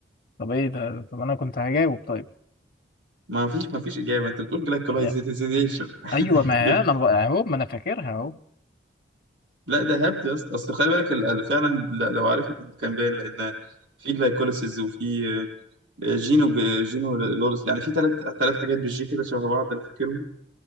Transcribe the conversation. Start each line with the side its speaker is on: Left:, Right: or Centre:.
Left: طب ايه ده طب انا كنت هجاوب طيب
Right: ما فيش ما فيش اجابة انت بتقول جلايكولايزيشن
Left: يا-
Right: <laughs>
Left: ايوه ما
Right: جبت
Left: هي انا بقى اهو ما انا فاكرها اهو
Right: لا ده هبت يا اسطى اصل خلي بالك ال- ال- فعلا ل- لو عارفها كنت كان باين لان في جلايكوليسيس وفي جينو جينو لورس يعني في ثلاث ثلاث حاجات بالجي كده شبه بعض انا فاكرهم